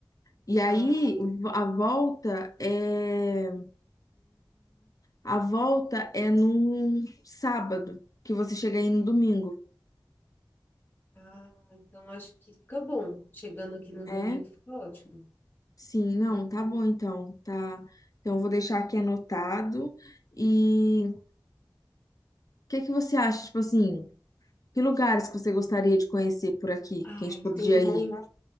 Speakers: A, on the left (about 45°); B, on the left (about 25°).
A: E aí
B: Ah, sim.
A: a volta é a volta é num sábado, que você chega aí no domingo.
B: Ah, então acho que fica bom. Chegando aqui no
A: É?
B: domingo, fica ótimo.
A: Sim, não,
B: Hum.
A: tá bom então, tá. Então eu vou deixar aqui anotado. E que que você acha, tipo assim, que lugares que você gostaria de conhecer por aqui,
B: Ai,
A: que a gente podia
B: tem muito.
A: ir?